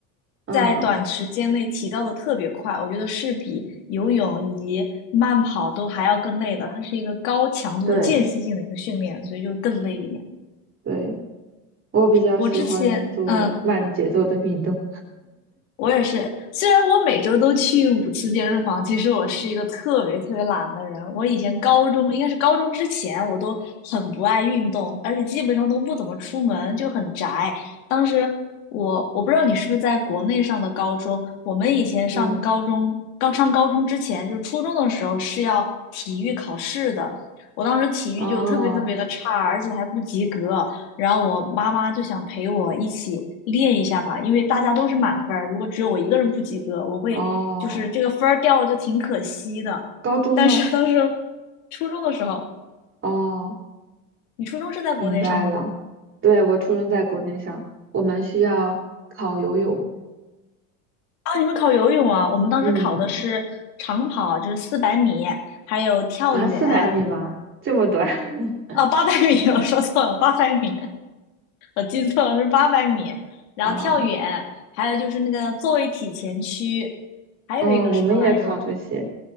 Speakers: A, on the right; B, on the left.
A: 嗯，
B: 在短时间内提高的特别快。我觉得是比游泳以及慢跑都还要更累的，它是一个高强度的间歇性的一个训练，
A: 对
B: 所以就更累一点。
A: 对，我比较喜欢做慢节奏的运动。
B: 我之前，嗯，我也是，虽然我每周都去五次健身房，其实我是一个特别特别懒的人。我以前高中，应该是高中之前，我都很不爱运动，而且基本上都不怎么出门，就很宅。当时我我不知道你是不是在国内上的高中，我们以前上高中，
A: 嗯，
B: 刚上高中之前，就是初中的时候是要体育考试的。我当时体育就特别特别的差，
A: 哦
B: 而且还不及格。然后我妈妈就想陪我一起练一下嘛，因为大家都是满分儿，如果只有我一个人不及格，我会就是这个分儿掉了就挺可惜的。
A: 哦，高中吗？
B: 但是当时初中的时候，
A: 哦，
B: 你初中是在国内上的吗？
A: 明白了。对，我初中在国内上，我们需要考游泳。
B: 啊，你们考游泳啊？我们当时考的是长跑，
A: 嗯，
B: 就是四百米，还有跳远，
A: 啊，四百米吗？这么短？<laughs>
B: 啊，八百米，<laughs> 我说错了，八百米，我记错了是八百米，然后跳远，
A: 啊、
B: 还有就是那个坐位体前屈，还有一个什么来着？
A: 嗯，我们也考这些，